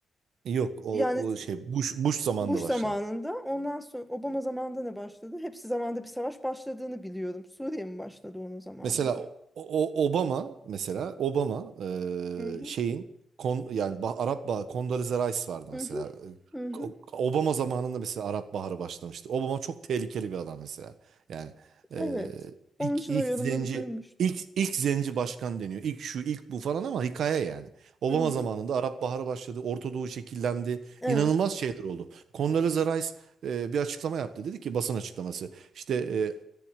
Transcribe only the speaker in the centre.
Yani
Bush
zamanında ondan sonra Obama zamanında ne başladı? Hepsi zamanında bir savaş başladığını biliyorum. Suriye mi başladı onun zamanında?
Hı hı.
Hı
hı. Hı hı.
Evet. Onun
için
o yorumda
da duymuştum.
Hı hı.
Evet.